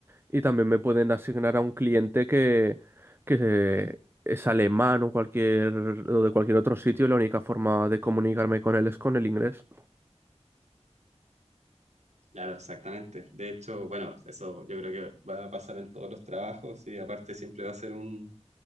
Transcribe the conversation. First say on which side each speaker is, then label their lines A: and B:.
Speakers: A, on the right; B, on the right.
A: y también me pueden asignar a un cliente que, que es alemán o cualquier o de cualquier otro sitio y la única forma de comunicarme con él es con el inglés.
B: Claro, exactamente. De hecho, bueno, eso yo creo que va a pasar en todos los trabajos y aparte siempre va a ser un,